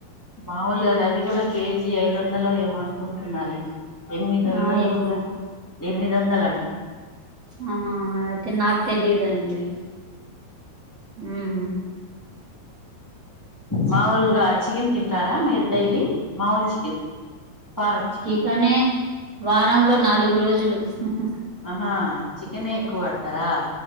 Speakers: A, in the centre; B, on the right (about 25°).
A: మాముూలుగా అది కూడా కేజీ ఐదు వందలు ఏమో అనుకుంటున్నారులే ఎనిమిది వందలు
B: ఆ ఏమో
A: ఎనిమిది వందలు అంట
B: ఆహా అయితే నాకు తెలీదండి హ్మ్
A: మాములుగా చికెన్ తింటారా మీరు డైలీ మామూలు చికెన్ పారం చికెన్
B: ఇకనే వారంలో నాలుగు రోజులు హ్మ్ హు
A: ఆహా చికెన్ ఎక్కువ వాడతారా